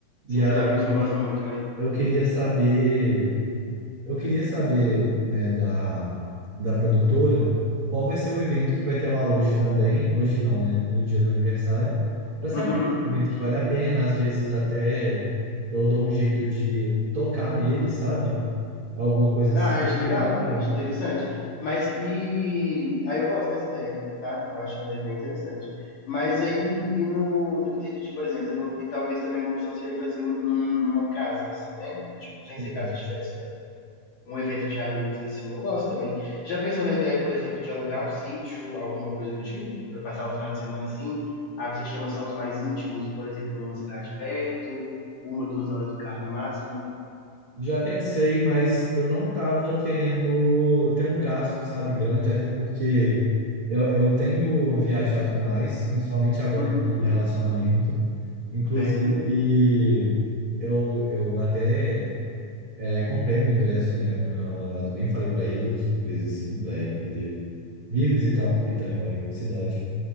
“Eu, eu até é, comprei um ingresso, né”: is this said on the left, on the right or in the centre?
Right